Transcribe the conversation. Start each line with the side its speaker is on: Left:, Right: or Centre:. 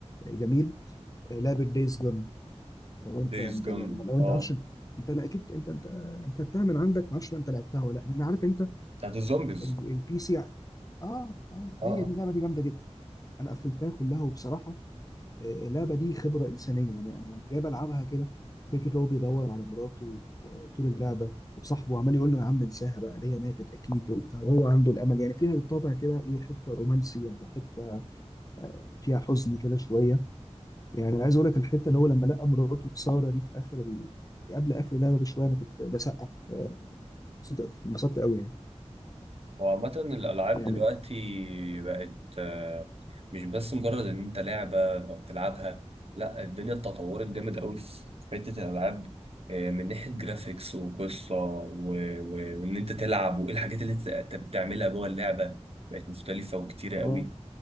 Left: جميل آه، لعبه دايز جون لو انت
Right: دايز
Left: انت
Right: جون
Left: لو انت
Right: اه
Left: عارفش انت انا اكيد انت انت انا خدتها من عندك ما اعرفش بقى انت لعبتها ولا لا لان عارف انت
Right: بتاعت الزومبيز
Left: البي سي اه اه هي
Right: اه اه
Left: دي اللعبه دي جامده جدا انا قفلتها كلها وبصراحه آه، اللعبه دي خبره انسانيه يعني انا جاي بلعبها كده فكره اللي هو بيدور على مراته آه، طول اللعبه وصاحبه عمال يقول له يا عم انساها بقى اللي هي ماتت اكيد وبتاع وهو عنده الامل يعني فيها الطابع كده ايه حته رومانسي على حته آه، فيها حزن كده شويه يعني عايز اقول لك الحته اللي هو لما لقى مراته ساره دي في اخر ال... قبل اخر اللعبه بشويه انا كنت بسقف آه، انبسطت انبسطت قوي يعني
Right: هو عامة الألعاب
Left: يعني
Right: دلوقتي بقت آه، مش بس مجرد إن أنت لعبة بتلعبها لأ الدنيا اتطورت جامد أوي في حتة الألعاب آه، من ناحية جرافيكس وقصة و- و- وإن أنت تلعب وإيه الحاجات اللي أنت أنت بتعملها جوه اللعبة بقت مختلفة وكتيرة
Left: اه
Right: أوي